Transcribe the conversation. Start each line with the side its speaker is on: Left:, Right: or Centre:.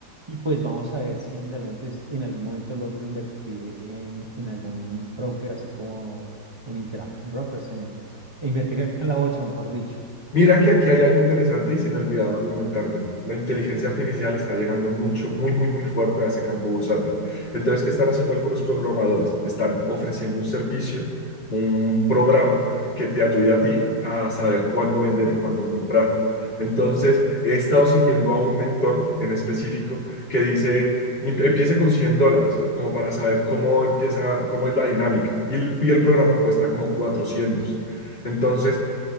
Right: y pues vamos a ver si realmente es- en algún momento logro invertir en, en algún broker, así como en Interactive Brokers, en, e invertir en la bolsa, mejor dicho.
Left: Mira que aquí hay algo interesante y se me olvidaba comentártelo. La inteligencia artificial está llegando mucho, muy, muy, muy fuerte a ese campo bursátil. Entonces, ¿qué están haciendo algunos programadores? Están ofreciendo un servicio, un programa que te ayude a ti a saber cuándo vender y cuándo comprar. Entonces, he estado siguiendo a un mentor en específico que dice, "Em- empiece con 100 dólares, como para saber cómo empieza, cómo es la dinámica. Y el, y el programa cuesta como 400. Entonces,